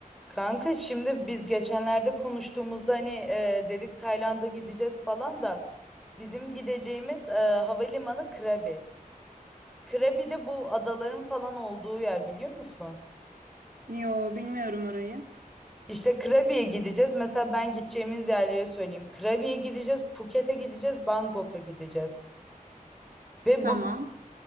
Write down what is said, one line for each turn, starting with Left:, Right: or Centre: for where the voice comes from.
Centre: Kanka şimdi biz geçenlerde konuştuğumuzda hani e, dedik Tayland'a gideceğiz falan da bizim gideceğimiz e, havalimanı Krabi. Krabi de bu adaların falan olduğu yer biliyor musun?
Right: Yo bilmiyorum orayı.
Centre: İşte Krabi'ye gideceğiz. Mesela ben gideceğimiz yerleri söyleyeyim. Krabi'ye gideceğiz, Phuket'e gideceğiz, Bangkok'a gideceğiz. Ve
Right: Tamam.
Centre: bu,